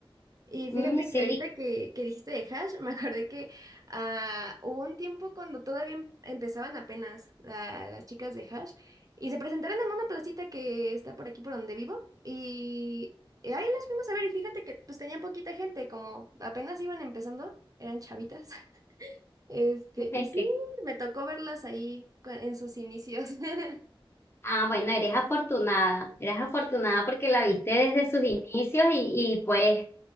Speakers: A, on the right (about 40°); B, on the left (about 25°).
A: Y fíjate
B: Mm, sí,
A: que ahorita que, que dijiste de hash, <laughs> me acordé que ah, hubo un tiempo cuando todavía em- empezaban apenas la- las chicas de hash y se presentaron en una placita que está por aquí por donde vivo y, y ahí las fuimos a ver y fíjate que pues tenían poquita gente, como apenas iban empezando, eran chavitas. <laughs> Este,
B: <laughs>
A: y sí,
B: que-
A: me tocó verlas ahí cu- en sus inicios. <laughs>
B: ah, bueno, eres afortunada, eres afortunada porque la viste desde sus inicios y, y puedes,